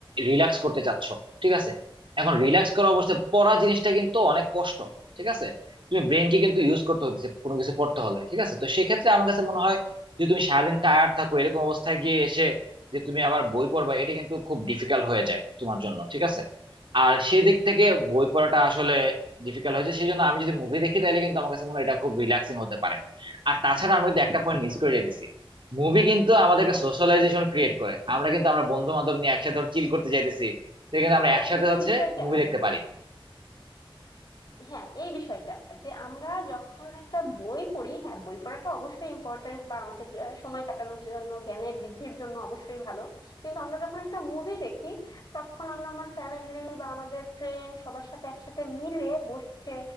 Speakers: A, on the right; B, on the left.
A: রিল্যাক্স করতে চাচ্ছ ঠিক আছে এখন রিল্যাক্স করা অবস্থায় পড়া জিনিসটা কিন্তু অনেক কষ্ট ঠিক আছে তুমি ব্রেনকে কিন্তু ইউজ করতে হচ্ছে কোনো কিছু পড়তে হলে ঠিক আছে তো সেক্ষেত্রে আমার কাছে মনে হয় যে তুমি সারাদিন টায়ার্ড থাকো এরকম অবস্থায় গিয়ে এসে যে তুমি আবার বই পড়বা এটা কিন্তু খুব ডিফিকাল্ট হয়ে যায় তোমার জন্য ঠিক আছে আর সেদিক থেকে বই পড়াটা আসলে ডিফিকাল্ট হয়েছে সেই জন্য আমি যদি মুভি দেখি তাহলে কিন্তু আমার কাছে মনে হয় এটা খুব রিল্যাক্সিং হতে পারে আর তাছাড়া আমি কিন্তু একটা পয়েন্ট মিস করে যেতেছি মুভি কিন্তু আমাদেরকে
B: হ্যাঁ
A: সোশ্যালাইজেশন ক্রিয়েট করে আমরা কিন্তু আমরা বন্ধু বান্ধব নিয়ে একসাথে চিল করতে যাইতেছি তো কিন্তু
B: হ্যাঁ,
A: আমরা একসাথে
B: এই
A: হচ্ছে
B: বিষয়টা
A: মুভি দেখতে পারি
B: হ্যাঁ এই বিষয়টা যে আমরা যখন একটা বই পড়ি হ্যাঁ বই পড়াটা অবশ্যই ইম্পর্ট্যান্ট বা আমাদের যে সময় কাটানোর জন্য জ্ঞানের বৃদ্ধির জন্য অবশ্যই ভালো কিন্তু আমরা যখন একটা মুভি দেখি তখন আমরা আমার ফ্যামিলি বা আমাদের ফ্রেন্ড সবার সাথে একসাথে মিলে বসে